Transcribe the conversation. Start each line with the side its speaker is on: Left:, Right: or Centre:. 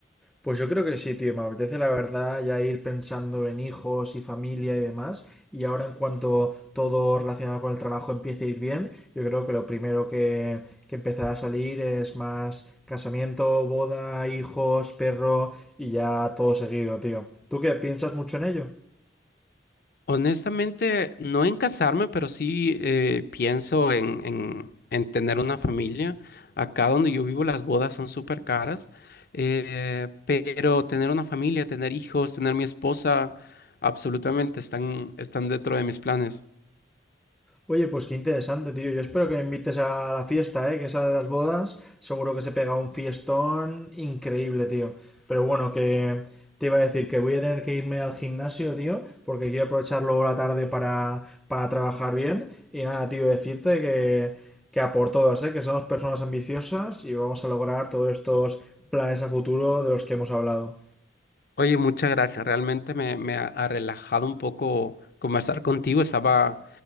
Centre: Pues yo creo que sí, tío. Me apetece la verdad ya ir pensando en hijos y familia y demás. Y ahora en cuanto todo relacionado con el trabajo empiece a ir bien, yo creo que lo primero que, que empezará a salir es más casamiento, boda, hijos, perro y ya todo seguido, tío. ¿Tú qué piensas mucho en ello?
Left: Honestamente, no en casarme, pero sí eh, pienso en, en- en tener una familia. Acá donde yo vivo las bodas son súper caras, eh, pero tener una familia, tener hijos, tener mi esposa, absolutamente están, están dentro de mis planes.
Centre: Oye, pues qué interesante, tío. Yo espero que me invites a la fiesta, ¿eh? Que esa de las bodas, seguro que se pega un fiestón increíble, tío. Pero bueno, que te iba a decir que voy a tener que irme al gimnasio, tío, porque quiero aprovechar luego la tarde para, para trabajar bien. Y nada, tío, decirte que, que a por todas, ¿eh? Que somos personas ambiciosas y vamos a lograr todos estos planes a futuro de los que hemos hablado.
Left: Oye, muchas gracias. Realmente me, me ha, ha relajado un poco conversar contigo. Estaba,